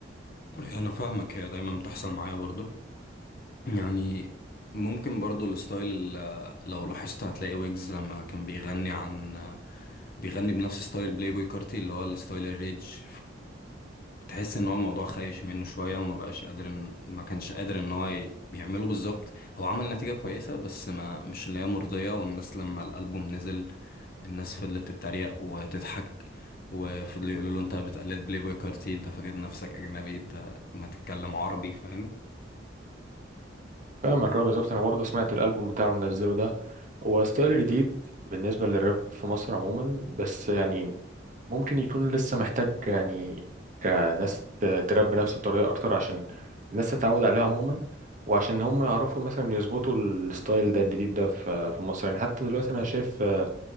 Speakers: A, on the left (about 50°); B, on the right (about 40°).
A: أيوة، انا فاهمك هي دايما بتحصل معايا برضو يعني ممكن برضو الستايل ال- لو لاحظت هتلاقي ويجز لما كان بيغني عن بيغني بنفس ستايل بلاي بوي كارتي اللي هو الستايل الريج تحس ان هو الموضوع خايش منه شويه وما بقاش قادر إن- ما كانش قادر ان هو ي- يعمله بالظبط هو عمل نتيجه كويسه بس ما مش اللي هي مرضيه والناس لما الالبوم نزل الناس فضلت تتريق وتضحك وفضلوا يقولوا له انت بتقلد بلاي بوي كارتي انت فاكر نفسك اجنبي انت ما تتكلم عربي فاهم
B: فاهمك اه بالظبط انا برضه سمعت الالبوم بتاعه اللي نزله ده هو ستايل جديد بالنسبه للراب في مصر عموما بس يعني ممكن يكون لسه محتاج يعني كناس ت- تراب بنفس الطريقه اكتر عشان الناس تتعود عليه عموما وعشان هم يعرفوا مثلا يظبطوا الستايل ده الجديد ده في في مصر يعني حتى دلوقتي انا شايف آه،